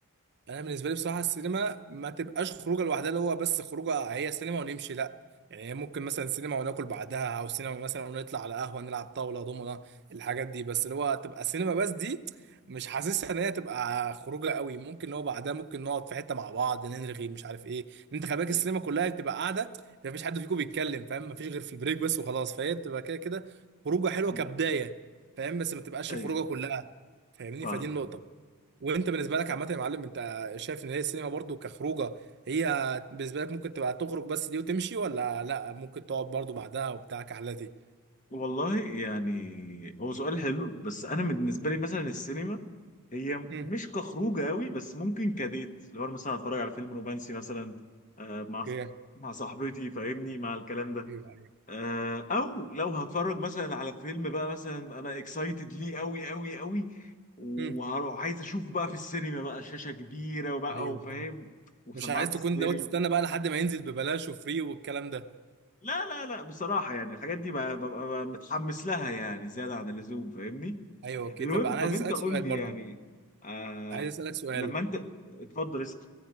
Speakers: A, on the right; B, on the left.
A: انا بالنسبه لي بصراحه السينما ما تبقاش خروجه لوحدها اللي هو بس خروجه هي سينما ونمشي لا يعني هي ممكن مثلا سينما وناكل بعدها او سينما مثلا ونطلع على قهوه نلعب طاوله دومنا الحاجات دي بس اللي هو تبقى سينما بس دي مش حاسسها ان هي تبقى خروجه قوي ممكن اللي هو بعدها ممكن نقعد في حته مع بعض نرغي مش عارف ايه إن انت خلي بالك
B: ايوه
A: السينما كلها بتبقى قاعده ما فيش حد فيكم بيتكلم فاهم ما فيش غير في البريك بس وخلاص فهي بتبقى كده كده خروجه حلوه
B: ايوه
A: كبدايه فاهم بس ما تبقاش
B: أيوه،
A: خروجه كلها فاهمني
B: فاهم
A: فدي النقطه وانت بالنسبه لك عامه يا معلم انت شايف ان هي السينما برضو كخروجه هي بالنسبه لك ممكن تبقى تخرج بس دي وتمشي ولا لا ممكن تقعد برضو بعدها وبتاع كحلتي
B: والله يعني هو سؤال حلو بس انا بالنسبه لي مثلا السينما هي
A: امم
B: مش كخروج قوي بس ممكن كديت لو انا مثلا اتفرج على فيلم رومانسي مثلا آه، مع
A: اوكي
B: مع صاحبتي فاهمني مع الكلام ده
A: ايوه ايوه
B: آه، او لو هتفرج مثلا على فيلم بقى مثلا انا اكسايتد ليه قوي قوي قوي وهروح
A: امم
B: عايز اشوفه بقى في السينما بقى شاشه كبيره وبقى
A: ايوه
B: وفاهم
A: ايوه
B: وسماعات
A: مش عايز تكون
B: ستيريو
A: لو تستنى بقى لحد ما ينزل ببلاش وفري والكلام ده
B: لا لا لا بصراحه يعني الحاجات دي بقى- ببقى ببقى متحمس لها يعني زياده عن اللزوم فاهمني
A: ايوه اوكي
B: المهم
A: طب انا
B: طب
A: عايز
B: انت
A: اسالك
B: قول
A: سؤال
B: لي
A: برضو
B: يعني آه
A: عايز اسالك سؤال
B: لما انت اتفضل اسأل